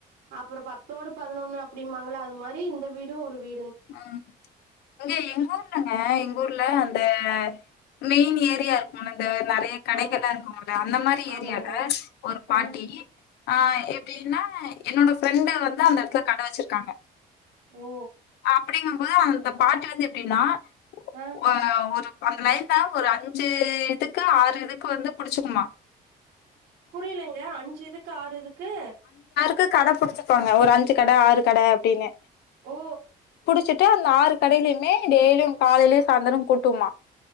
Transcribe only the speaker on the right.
அப்புறம் பத்தோடு பதினொன்னு அப்படிமாங்கள அது மாதிரி இந்த வீடும் ஒரு வீ
ஆமா,
ஆமாங்க.
ஆ,
ஓ
ஆ
புரியலங்க அஞ்சு இதுக்கு ஆறு இதுக்கு
ஓ